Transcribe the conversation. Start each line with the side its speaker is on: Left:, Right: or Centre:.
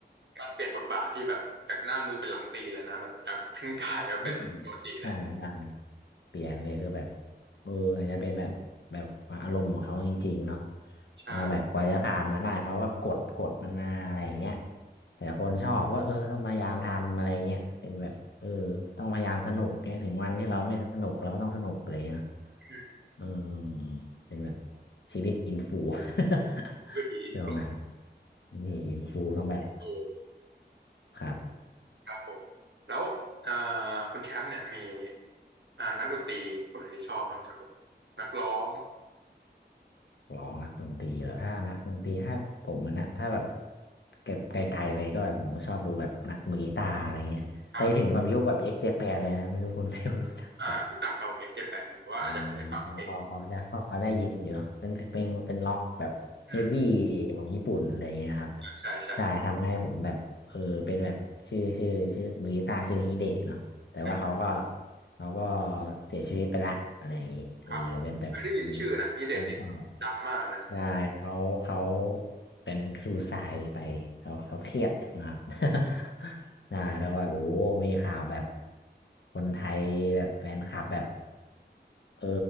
Right: การเปลี่ยนบทบาทที่แบบจากหน้ามือเป็นหลังตีแเลยนะแบบจากพิงกายมาเป็นโจจิเนี่ย
Left: <laughs> อืมใช่ เปลี่ยนเลยคือแบบเอออาจจะเป็นแบบแบบอารมณ์ของเขาจริงๆเนาะ
Right: ใช่
Left: ว่าแบบกว่าจะผ่านมาได้เขาว่ากดกดมันมาอะไรอย่างเงี้ยแต่คนชอบก็เออต้องพยายามทำอะไรเงี้ยเป็นแบบเออต้องพยายามสนุกเนี่ยถึงวันที่เราไม่สนุกเราก็ต้องสนุกเลยเนาะ
Right: อืม
Left: เออเป็นแบบชีวิตอินฟู <laughs>
Right: วิถีอินฟล
Left: ช่วงนั้นนี่อินฟูต้องแบบ
Right: ู
Left: ครับ
Right: ครับผมแล้วเอ่อคุณแชมป์เนี่ยมีอ่านักดนตรีคนไหนที่ชอบบ้างครับผมนักร้อง
Left: ร้องนักดนตรีเหรอถ้านักดนตรีถ้าผมมันนะถ้าแบบเก็บไกลๆเลยก็แบบผมก็ชอบดูแบบนักมือกีตาร์อะไรเงี้ยไปถึงแบบยุคแบบเอ็กเจแปนเลยนะไม่รู้คุณ
Right: ครับ
Left: <laughs> เฟลรู้จักแบบ
Right: อ่ารู้จักครับผมเอ็กเจแปนแต่ว่าอาจจะไม่ได้ฟังเพลง
Left: อ๋อพอพอพอได้พอได้ยินอยู่เนอะเป็นเป็นเป็นล็อกแบบเฮฟวี่
Right: อืม
Left: ของญี่ปุ่นอะไรเงี้ยครับ
Right: ใช่ใช่
Left: ใช่ทำให้ผมแบบเออเป็นแบบชื่อชื่อชื่อมือกีตาร์ชื่อฮิเดะเนาะแต่ว่าเขาก็
Right: อืม
Left: เขาก็เสียชีวิตไปละอะไรอย่างงี้เออแต่เป็นแบบเป็น
Right: ครับผมเคยได้ยินชื่อนะฮิเดะนี่ดังมากเลยนะ
Left: เรื่องเศร้า ใช่เขาเขาเป็นซูไซด์ไปเขาเขาเครียดนะครับ <laughs> ใช่แล้วแบบโอ้มีข่าวแบบคนไทยแบบแฟนคลับแบบเออ